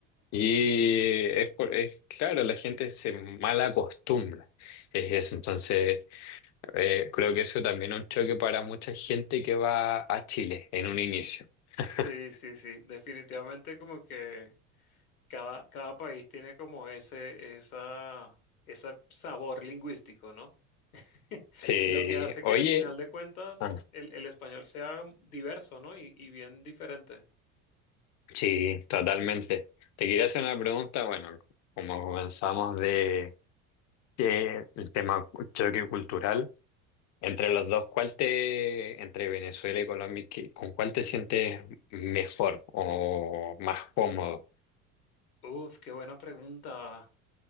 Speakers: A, on the left; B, on the left.
A: Y es, por- es claro, la gente se mal acostumbra. Es eso. Entonces, eh, creo que eso también es un choque para mucha gente que va a Chile en un inicio. <laughs>
B: Sí, sí, sí, definitivamente como que cada, cada país tiene como ese, esa, ese sabor lingüístico, ¿no? <laughs>
A: Sí,
B: Lo que hace
A: oye,
B: que al final de cuentas
A: ah,
B: el, el español sea diverso, ¿no? Y, y bien diferente.
A: sí, totalmente. Te quería hacer una pregunta, bueno, como comenzamos de que el tema choque cultural, entre los dos, ¿cuál te, entre Venezuela y Colombia, qué- con cuál te sientes mejor o más cómodo?
B: Uf, qué buena pregunta.